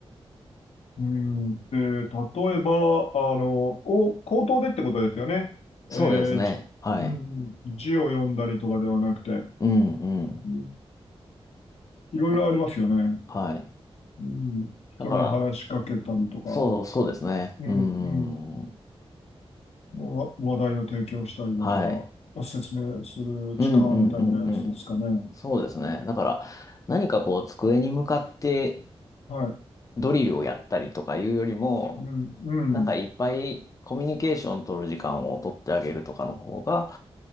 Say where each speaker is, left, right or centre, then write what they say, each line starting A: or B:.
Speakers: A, on the left; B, on the left.
A: うんうんで、例えば、あの、お、口頭でってことですよね。
B: そうですね。
A: えーじうん、
B: はい。
A: 字を読んだりとかではなくて、
B: うん、うん。
A: うんいろいろありますよね。
B: なはい。
A: うん、人に話しかけたりとか、
B: だから、そう、そうですね。
A: うん、
B: うん、
A: うん、わ話題を提供したりだとか、
B: はい。
A: 説明する力みたいなやつですかね。
B: うん、うん、うん、うん。そうですね。だから、何かこう、机に向かって
A: はい。
B: ドリルをやったりとかいうよりも、
A: うん、うん、
B: なんかいっぱいコミュニケーション取る時間を取ってあげるとかの方が